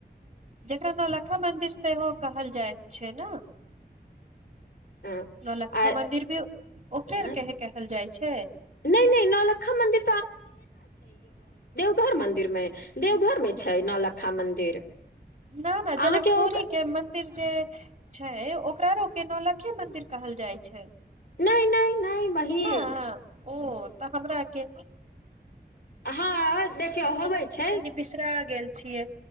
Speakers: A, on the right; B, on the left.
A: जकरा नौल्खा मन्दिर सेहो कहल जाइत छै ने
B: आ
A: नौलकखा मंन्दिर भी ओकरे
B: आ,
A: कहे कहल जाइ छै
B: नहि नहि नौलक्खा मंदिर घर मंदिर में देवघर में छै नौलखा मंदिर
A: न न
B: अहाँके
A: जनकपुरी
B: ओ
A: के मन्दिर जे छै ओकरा रोक के नौलखे मंदिर कहल जाइ छै
B: नहि नहि नहि बहिन
A: न ओ तऽ हमरा के
B: हँ देखियौ
A: हम
B: होबै छै
A: तनि बिसरा गेल छियै